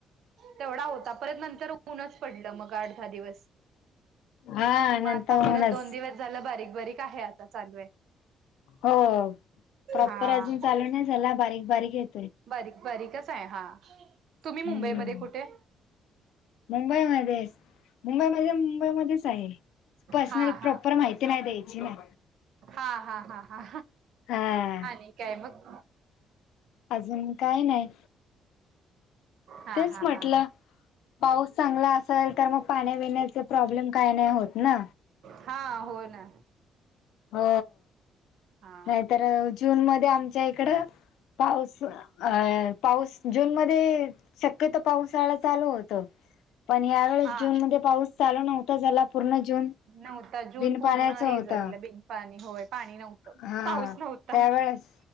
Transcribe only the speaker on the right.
तेवढा हो ता. आता परत नंतर ऊनच पडलं मग आठ दहा दिवस,
मग
आता परत
दोन दिवस झालं बारीक बारीक आहे, आता चालू हाय.
हा
बारीक बारीकच हाय हा. तुम्ही
मुंबईमध्ये कुठे?
हा हा
हा हा हा हा
आणि काय मग?
हा
हा
हा
हा, होय ना.
हा
हा
नव्हता जून
पूर्ण
हे
झालेलं, बिन पाणी होय पाणी नव्हतं.
पाऊस नव्हता.